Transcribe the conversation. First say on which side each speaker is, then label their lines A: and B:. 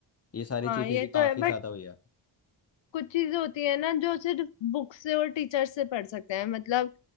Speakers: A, on the left (about 30°); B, on the left (about 70°).
A: ये सारी
B: हाँ
A: चीज़ें
B: ये
A: भी काफ़ी
B: तो है बट
A: ज़्यादा हुई है
B: कुछ चीजें होती है ना जो सिर्फ बुक से और टीचर से पढ़ सकते हैं मतलब